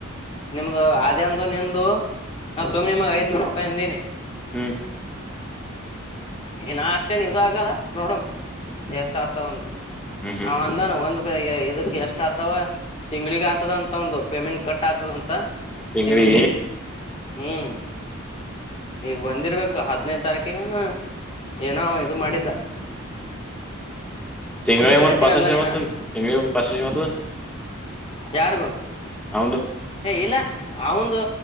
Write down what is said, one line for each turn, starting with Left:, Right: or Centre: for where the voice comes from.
Left: ನಿಮ್ದು ಅೇಂದು ನಿಮ್ದ ನ ಸುಮ್ ನಿಮ ಐದನೂರು ರೂಪಾಯಿ ಅಂದೀಿನಿ
Centre: ಹ್ಮ್
Left: ಇ ನಾ ಅಷ್ಟೇನ್ ಇ ಆಗಲ್ಲ ನೋಡಣ ಎಷ್ಟ ಆತದ ಒಂದು
Centre: ಹ್ಮ್ ಹ್ಮ್
Left: ಅವಂದಾನ ಒಂದ್ ಇದಕ್ ಎಷ್ಟ ಆತವ ತಿಂಗ್ಳಗ್ ಆತದ ಅಂತ ಒಂದು ಪೇಮೆಂಟ್ ಕಟ್ ಆತದಂತ
Centre: ತಿಂಗಡಿ
Left: ತಿಂಗ್ಳಿಗೆ ಹ್ಮ್ ಈಗ ಬಂದಿರ್ಬೇಕು ಹದ್ನೈ ತಾರೀಕಿಗೆನು ಏನೋ ಇದು ಮಾಡಿದ್ದ
Centre: ತೆಂಗಗಳಳ
Left: ಹೇಳ್ತೀನಿ
Centre: ಇಂದು ಪಾ
Left: ಅಂದಾನ
Centre: ಹೊತ್ತು
Left: ಏನ
Centre: ತೆಂಗಳ ಪಾಚಷ ಹೊತ್ತು
Left: ಯಾರಗು
Centre: ಹೌದು
Left: ಏ ಇಲ್ಲ ಅವಂದು